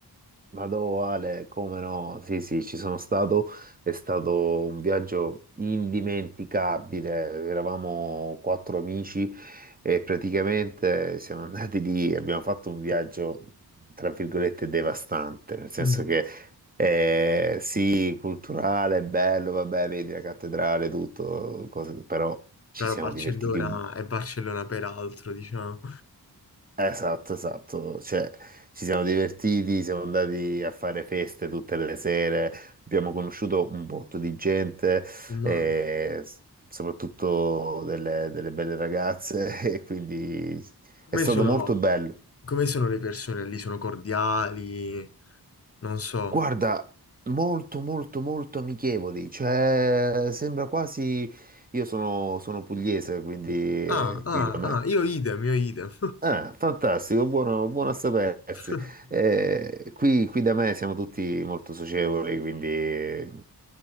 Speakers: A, on the right; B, on the left.
A: Vado Ale, come no? Sì, sì, ci sono stato, è stato un viaggio indimenticabile. Eravamo quattro amici e praticamente siamo andati lì e abbiamo fatto un viaggio, tra virgolette, devastante, nel senso
B: Mm.
A: che eh, sì, culturale, bello, vabbè, vedi la cattedrale, tutto, cose- però ci
B: Però
A: siamo
B: Barcellona
A: divertiti
B: è Barcellona peraltro, diciamo.
A: Esatto, esatto, cioè ci siamo divertiti, siamo andati a fare feste tutte le sere, abbiamo conosciuto un botto di gente,
B: Ma-
A: eh, s- soprattutto delle, delle belle ragazze, <laughs> e quindi
B: Come
A: è stato
B: sono,
A: molto bello.
B: come sono le persone lì? Sono cordiali? Non so.
A: Guarda, molto, molto, molto amichevoli, cioè sembra quasi... Io sono, sono pugliese, quindi eh,
B: Ah, ah,
A: qui da me
B: ah, io idem, io idem.
A: Ah, fantastico, buono, buono a sapersi.
B: <laughs>
A: Eh, qui, qui da me siamo tutti molto socievoli, quindi eh,